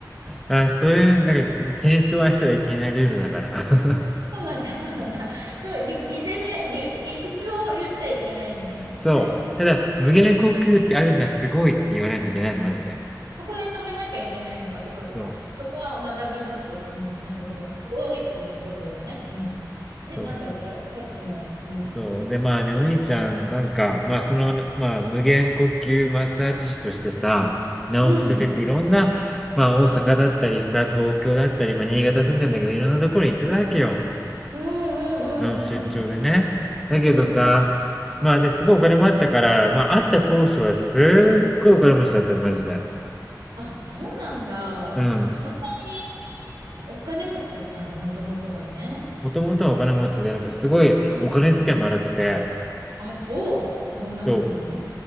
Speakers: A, in the centre; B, on the right.
A: あ、そういう、なんか、ず検証はしたらいけないルールだから。<laughs>
B: そうなんだ、そうなんだ。そう、理、理攻め、理、理屈を言っちゃいけないんでね。
A: そう。
B: はい。
A: ただ、無限呼吸ってあるんだ、すごいって言わないといけないの、マジで。
B: そこで止めなきゃいけないのか、そっかそっか。
A: そう。
B: そこは学びます。うん、なるほど。すごいっていうことだね。うん。で、
A: そう。
B: なんだっけさっきの、うん。
A: そう。で、まあね、のりちゃん、なんか、まあ、その、まあ、無限呼吸マッサージ師としてさ、名を馳せてて、
B: うんうん。
A: いろんな、まあ、大阪だったりさ、
B: あ、うん
A: 東京だったり、まあ、新潟住んでんだけど、いろんなところに行ってたわけよ。
B: うんうんうんうん
A: うん、出張でね。だけどさ、
B: うんうん。
A: まあ、で、すごいお金もあったから、まあ、会った当初はすっごいお金持ちだったの、マジで。
B: あ、そうなんだ。
A: うん。
B: そんなにお金持ちだったんだ、もともとはね。
A: もともとはお金持ちで、なんかすごいお金遣いも荒くて、
B: うんうん。あ、そう。どんな風に
A: そう。